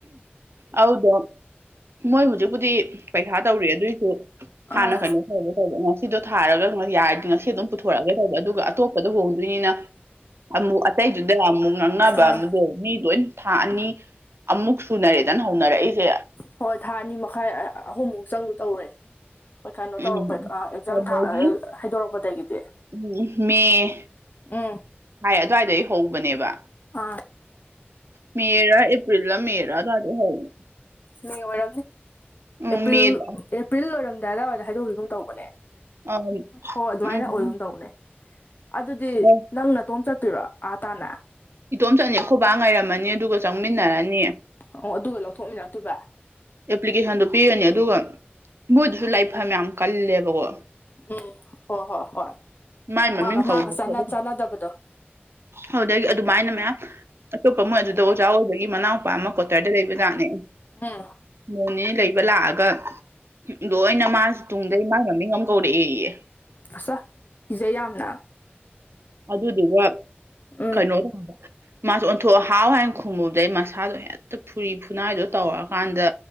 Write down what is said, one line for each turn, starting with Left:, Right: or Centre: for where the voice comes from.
Right: ꯑꯗꯨꯗꯣ ꯃꯣꯏ ꯍꯧꯖꯤꯛꯄꯨꯗꯤ ꯄꯩꯈꯥ ꯇꯧꯔꯤ ꯑꯗꯨꯏꯁꯨ
Left: ꯑꯥ
Right: ꯍꯥꯟꯅ ꯀꯩꯅꯣ ꯇꯔꯦ ꯇꯧꯕ ꯉꯁꯤꯗꯣ ꯊꯥꯔꯒ ꯌꯥꯏꯔꯗꯤ ꯑꯗꯨꯝ ꯄꯨꯊꯣꯔꯛꯑꯒ ꯇꯧꯕ ꯑꯗꯨꯒ ꯑꯇꯣꯞꯄꯗ ꯍꯣꯡꯗꯣꯏꯅꯤꯅ ꯑꯃꯨꯛ ꯑꯇꯩꯗꯨꯗ ꯑꯃꯨꯛ ꯉꯥꯡꯅꯕ
Left: ꯑꯥ
Right: ꯑꯃꯗꯣ ꯃꯤ ꯂꯣꯏ ꯊꯥ ꯑꯅꯤ ꯑꯃꯨꯛ ꯁꯨꯅꯔꯦꯗꯅ ꯍꯧꯅꯔꯛꯏꯁꯦ
Left: ꯍꯣꯏ ꯊꯥ ꯑꯅꯤ ꯃꯈꯥꯏ ꯑꯍꯨꯝꯃꯨꯛ ꯆꯪꯗꯧ ꯇꯧꯔꯦ ꯍꯣꯏ ꯀꯩꯅꯣ ꯇꯧꯔꯛꯄꯩ
Right: ꯎꯝ
Left: ꯑ ꯑꯦꯛꯖꯥꯝ
Right: ꯀꯩꯅꯣꯒꯤ
Left: ꯊꯥ ꯑ ꯍꯥꯏꯗꯣꯔꯛꯄꯗꯒꯤꯗꯤ
Right: ꯎꯝ ꯃꯦ
Left: ꯎꯝ
Right: ꯍꯥꯏ ꯑꯗꯨꯋꯥꯏꯗꯩ ꯍꯣꯡꯉꯛꯄꯅꯦꯕ
Left: ꯑ
Right: ꯃꯦꯔ ꯑꯦꯄ꯭ꯔꯤꯜ ꯂ ꯃꯦꯔ ꯑꯗꯨꯋꯥꯏꯗꯩ ꯍꯧꯋꯦ
Left: ꯃꯦ ꯑꯣꯏꯔꯝꯅꯤ
Right: ꯎꯝ
Left: ꯑꯦꯄ꯭ꯔꯤꯜ
Right: ꯃꯦꯗ
Left: ꯑꯦꯄ꯭ꯔꯤꯜ ꯂꯣꯏꯔꯝꯗꯥꯏ ꯑꯗꯥꯏꯋꯥꯏꯗ ꯍꯥꯏꯗꯣꯛꯒꯤꯒꯨꯝ ꯇꯧꯕꯅꯦ
Right: ꯑꯝ
Left: ꯍꯣꯏ ꯑꯗꯨꯃꯥꯏꯅ
Right: ꯎꯝ
Left: ꯑꯣꯏꯒꯨꯝ ꯇꯧꯅꯦ ꯑꯗꯨꯗꯤ
Right: ꯑꯣ
Left: ꯅꯪꯅ ꯅꯇꯣꯝ ꯆꯠꯇꯣꯏꯔꯣ ꯑꯥ ꯇꯥꯟꯅ
Right: ꯏꯇꯣꯝ ꯆꯠꯅꯤ ꯑꯩꯈꯣꯏꯕꯥ ꯉꯔꯝꯃꯅꯤ ꯑꯗꯨꯒ ꯆꯪꯃꯤꯟꯅꯔꯅꯤ
Left: ꯑꯣ ꯑꯗꯨꯒ ꯂꯧꯊꯣꯛꯃꯤꯟꯅꯔꯛꯇꯣꯏꯕ
Right: ꯑꯦꯄ꯭ꯂꯤꯀꯦꯁꯟꯗꯣ ꯄꯤꯔꯅꯤ ꯑꯗꯨꯒ ꯃꯣꯏꯗꯨꯁꯨ ꯂꯥꯏꯐꯝ ꯌꯥꯝ ꯀꯜꯂꯦꯕꯀꯣ
Left: ꯎꯝ ꯍꯣꯏ ꯍꯣꯏ ꯍꯣꯏ
Right: ꯃꯥꯏ ꯃꯃꯤꯡ
Left: ꯃꯥꯒ
Right: ꯀꯧꯔꯤ
Left: ꯃꯥꯒ ꯆꯥꯟꯅ
Right: ꯈꯣꯠꯂꯤ
Left: ꯆꯥꯟꯅꯗꯕꯗꯣ
Right: ꯑꯗꯨꯗꯒꯤ ꯑꯗꯨꯃꯥꯏꯅ ꯃꯌꯥꯝ ꯑꯇꯣꯞꯄ ꯃꯣꯏ ꯑꯗꯨꯗ ꯑꯣꯖꯥ ꯑꯣꯏꯕꯒꯤ ꯃꯅꯥꯎ ꯅꯨꯄꯥ ꯑꯃ ꯀꯣꯇꯔꯗ ꯂꯩꯕꯖꯠꯅꯦ
Left: ꯎꯝ
Right: ꯅꯣꯡꯅꯤꯅꯤ ꯂꯩꯕ ꯂꯥꯛꯑꯒ ꯂꯣꯏꯅ ꯃꯥꯁꯤꯦ ꯇꯨꯡꯗꯩ ꯃꯥꯒꯤ ꯃꯃꯤꯡ ꯑꯃ ꯀꯧꯔꯛꯑꯦꯌꯦ
Left: ꯑꯆꯥ ꯀꯤꯖꯩ ꯌꯥꯝꯅ
Right: ꯑꯗꯨꯗꯨꯒ
Left: ꯎꯝ
Right: ꯀꯩꯅꯣ <inaudible> ꯃꯥꯁꯨ ꯑꯣꯟꯊꯣꯛꯑ ꯍꯥꯎ ꯍꯥꯏꯅ ꯈꯨꯝꯃꯨꯕꯗꯩ ꯃꯁꯥꯗꯣ ꯍꯦꯛꯇ ꯐꯨꯔꯤ ꯐꯨꯅꯥꯏꯗꯣ ꯇꯧꯔꯛꯑꯀꯥꯟꯗ